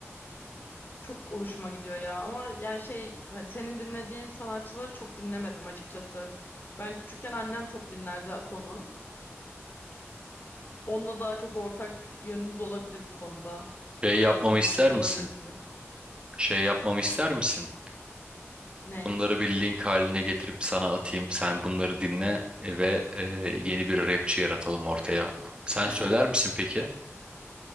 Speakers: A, on the left; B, on the right.
A: Çok hoşuma gidiyor ya ama yani şey hani senin dinlediğin sanatçıları çok dinlemedim açıkçası. Ben küçükken annem çok dinlerdi Akon'u. Onunla daha çok ortak yönünüz olabilir bu konuda.
B: Şey yapmamı
A: Daha çok
B: ister
A: uyuşuyor
B: misin?
A: olabilirsiniz.
B: Şey yapmamı ister misin?
A: Ney?
B: Bunları bir link haline getirip sana atayım. Sen bunları dinle e, ve e, yeni bir rapçi yaratalım ortaya. Sen
A: <laughs>
B: söyler misin peki?